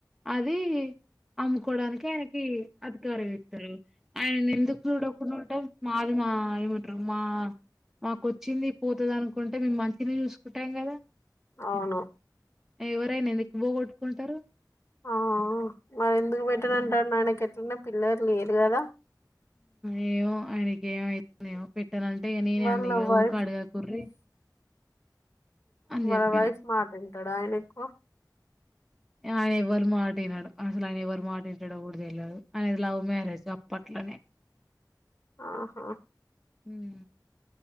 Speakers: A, in the centre; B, on the left (about 40°).
A: అది అమ్ముకోవడానికి ఆయనకి అధికారం ఇస్తారు ఆయనను ఎందుకు చూడకుండా ఉంటాం మాది మా ఏమంటారు మా మాకుచ్చింది పోతుంది అనుకుంటే మేము మంచిని చూసుకుంటాం కదా
B: అవును
A: ఎవరైనా ఎందుక్ పోగొట్టుకుంటారు
B: ఆ మరి ఎందుకు పెట్టారంట
A: ఉమ్
B: అయన ఎట్లనే పిల్లలు లేరు కదా
A: ఏయో ఆయనకే ఏమైందో ఏమో పెట్ పెట్టనంటే ఇక నేనే
B: వాళ్ళ
A: అంది ఇక
B: వైఫ్
A: ఊక అడగకుర్రి అని
B: వాళ్ల
A: చెప్పిన
B: వైస్ మాట వింట తడ ఆయనకు
A: ఆయన ఎవ్వరు మాట వినడు అసలు ఆయన ఎవ్వరు మాట వింటాడో కూడా తెలియదు ఆయనది లవ్ మ్యారేజ్ గప్పట్లనే
B: ఆహా
A: హమ్